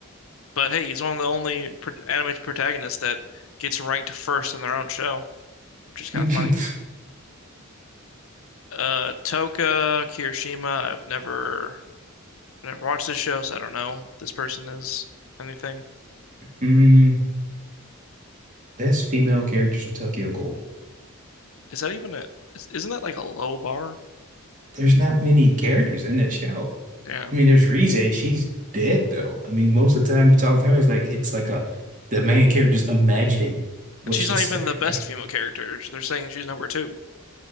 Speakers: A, on the left; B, on the right.
A: but hey, he's one of the only pro anime protagonists that gets ranked first in their own show, which is kind
B: though.
A: of funny.
B: <laughs>
A: Uh, Toka Kirishima. I've never never watched this show, so I don't know if this person is anything.
B: Mm, best female characters from Tokyo Ghoul.
A: Is that even a? is- Isn't that like a low bar?
B: There's not many characters in that show.
A: Yeah,
B: I mean, there's Rize. She's dead though. I mean, most of the time you talk to her, it's like it's like a the main character's imagining what
A: and she's
B: she'd
A: not
B: say.
A: even the best
B: I,
A: female character. They're saying she's number two.